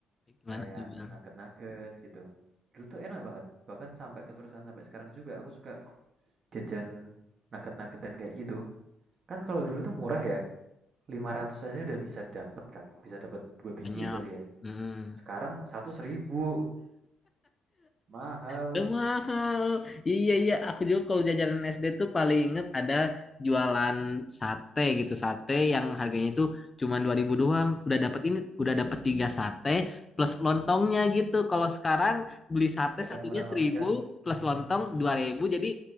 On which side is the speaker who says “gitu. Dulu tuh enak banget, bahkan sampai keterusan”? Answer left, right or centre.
Right